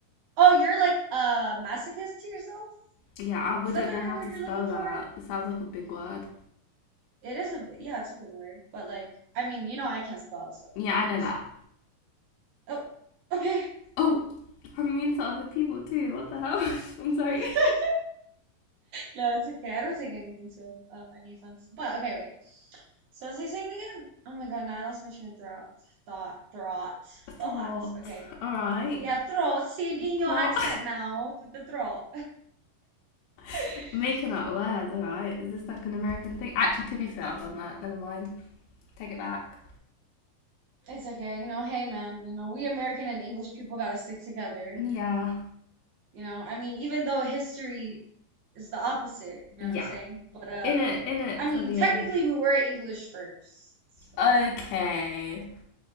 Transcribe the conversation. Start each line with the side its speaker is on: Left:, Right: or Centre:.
Right: Oh, you're like a masochist to yourself?
Left: Yeah, I wouldn't
Right: Is that the
Left: know
Right: right
Left: how
Right: word
Left: to
Right: you're
Left: spell
Right: looking for?
Left: that. It sounds like a big word.
Right: It is a bi- yeah, it's a big word, but like I mean, you know I can't spell, so
Left: Yeah, I know
Right: honestly.
Left: that.
Right: Oh, okay.
Left: Oh, I'm mean to other people too. What the hell? <laughs> I'm sorry.
Right: <laughs> No, it's okay. I don't take anything to um, any offense. But okay, wait. So was I saying again? Oh my God, now I lost my train of thought. Thought, thought,
Left: Throt.
Right: thought. Okay.
Left: Alright.
Right: Yeah, throat. See, I'm getting your
Left: Throt.
Right: accent now with the throat. <laughs>
Left: <laughs> Making up words, alright. Is this like an American thing? Actually, to be fair, I've done that. Never mind. Take it back.
Right: It's okay, you know, hey man, you know, we American and English people gotta stick together.
Left: Yeah.
Right: You know, I mean, even though history is the opposite, you know
Left: Yeah.
Right: what I'm saying? But uh
Left: In it, in it
Right: I mean,
Left: till the
Right: technically
Left: end.
Right: we were English first. So
Left: Okay.